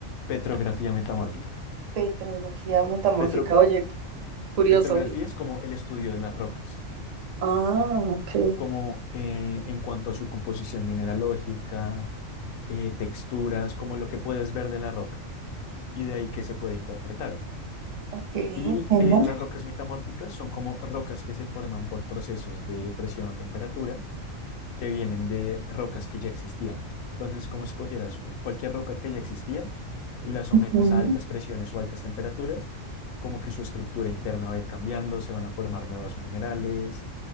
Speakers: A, on the left (about 85°); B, on the right (about 50°).
A: Petrografía metamórfica.
B: Petrología metamórfica,
A: Petro-
B: oye, curioso.
A: petrografía es como el estudio de las rocas,
B: Ah, ok,
A: como eh, en cuanto a su composición mineralógica, eh, texturas, como lo que puedes ver de la roca y de ahí que se puede interpretar.
B: ok, entiendo.
A: Y eh, las rocas metamórficas son como rocas que se forman por procesos de presión o temperatura que vienen de rocas que ya existían. Entonces, como si cogieras cualquier roca que ya existía y la sometes
B: Ujú.
A: a altas presiones o altas temperaturas, como que su estructura interna va a ir cambiando, se van a formar nuevos minerales,